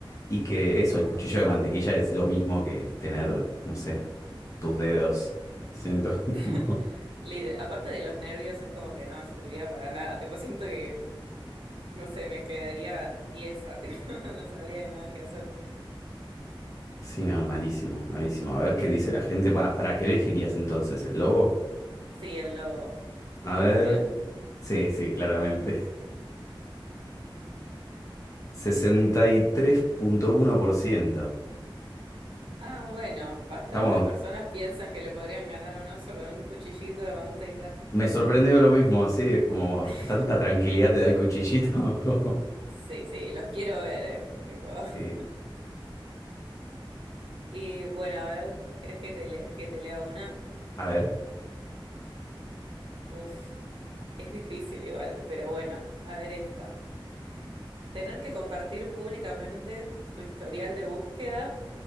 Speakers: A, on the left; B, on the right.
A: Y que eso, el cuchillo de mantequilla es lo mismo que tener, no sé, tus dedos. Siento <laughs>
B: <laughs>
A: como...
B: Lide- Aparte de los nervios, es como que no me serviría para nada. Tipo, siento que, no sé, me quedaría tiesa, <laughs> tipo, no sabría de nada qué hacer.
A: Sí, no, malísimo, malísimo. A ver qué dice la gente. Va, ¿para qué elegirías entonces el lobo?
B: Sí, el lobo.
A: A
B: ¿Vos
A: ver,
B: también?
A: sí, sí, claramente. <laughs> sesenta y tres punto uno por ciento.
B: Ah, bueno, bastantes
A: Estamos,
B: personas piensan que le podrían ganar a un oso con un cuchillito de manteca.
A: me sorprendió lo mismo, sí, es como
B: <laughs>
A: tanta tranquilidad te da el cuchillito. <laughs>
B: Sí, sí, los quiero ver, eh, tipo. <laughs>
A: Sí,
B: Y bueno, a ver, ¿querés que te, le- que te lea una?
A: a ver.
B: Uf, es difícil igual, pero bueno, a ver esta. ¿Tener que compartir públicamente tu historial de búsqueda